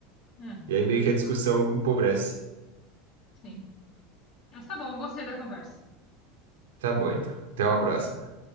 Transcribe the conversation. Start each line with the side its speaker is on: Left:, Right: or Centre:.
Left: É.
Right: E aí meio que a discussão empobrece.
Left: Sim. Mas tá bom, gostei da conversa.
Right: Tá bom, então. Até uma próxima.